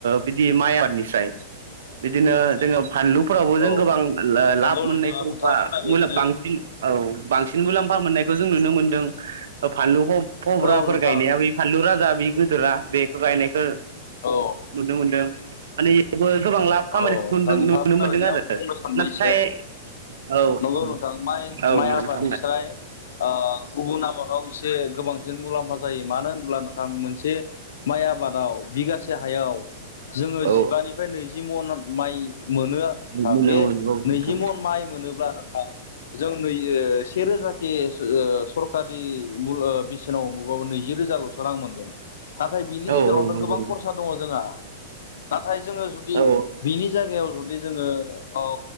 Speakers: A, on the right; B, on the left.
A: बिदि माइ आबादनिस्राय बिदिनो जोङो। फानलुफोरावबो
B: औ
A: जों गोबां
B: नंगौ
A: लाब मोननायखौ
B: नोंथाङा नोंथाङा
A: बा
B: बुंनाय बायदिनो
A: मुला बांसिन औ बांसिन मुलाम्फा मोननायखौ जों नुनो मोनदों। फानलु फब्राफोर
B: औ नोंथां
A: गायनाया ब फानलु राजा बे गिदोरा बेखौ गायनायखौ
B: औ
A: नुनो मोनदों मानेयावबो गोबां लाब खामानिखौदों
B: औ नोंथां नोंथाङा
A: नुनो
B: बुंनाय
A: मोनदों
B: बायदिनो
A: आरो
B: आंबो बुंनो सानबाय
A: नाथाय
B: एसे
A: औ औ
B: नंगौ नोंथां माइ माइ
A: औ नोंथां
B: आबादनिस्राय ओ गुबुन आबादाव से गोबांसिन मुलाम्फा जायो मानो होनब्ला नोंथां मोनसे माइ आबादाव बिगासे हायाव जोङो
A: औ
B: जिबानिफ्राय नैजि मन माइ मोनो आरो नोंथां
A: मोनो
B: बे
A: मोनो औ नोंथां
B: नैजि मन माइ मोनोब्ला जों नै ओ सेरोजा के सरकारि मु बेसेनाव मबाबो नैजि रोजाल'सो रां मोनगोन। नाथाय बिनि
A: औ
B: गेजेरावनो
A: औ नंगौ
B: गोबां खरसा दङ' जोंहा नाथाय जोङो जुदि
A: औ
B: बिनि जायगायाव जुदि जोङो औ